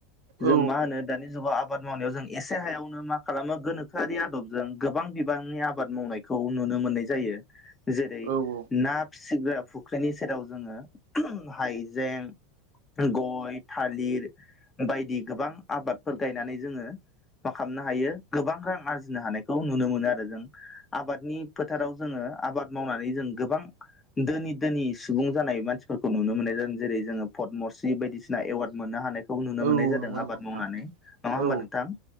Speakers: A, on the right (about 60°); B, on the left (about 20°).
A: औ
B: जों मा होनो दानि जुगाव आबाद मावनायाव जों एसे हायावनो मा खालामो गोनोखोआरि आदबजों गोबां बिबांनि आबाद मावनाय खौ नुनो मोननाय जायो जेरै
A: औ औ
B: ना फिसिग्रा फुख्रिनि सेराव जोङो हायजें गय थालिर बायदि गोबां आबाद फोर गायनानै जोङो मा खालामनो हायो गोबां रां आरजिनो हानायखौ नुनो मोनो आरो जों आबादनि फोथाराव जोङो आबाद मावनानै जों गोबां ोनि दोनि सुबुं जानाय मानसिफोरखौ नुनो मोननाय जादों जेरै जोङो पदमरश बायदिसिना एवार्ड मोननो हानाय बे नुनो
A: औ
B: मोननाय
A: औ
B: जादों
A: नंगौ नंगौ
B: आबाद
A: नोंथां
B: मावनानै नङा होमबा
A: औ
B: नोंथां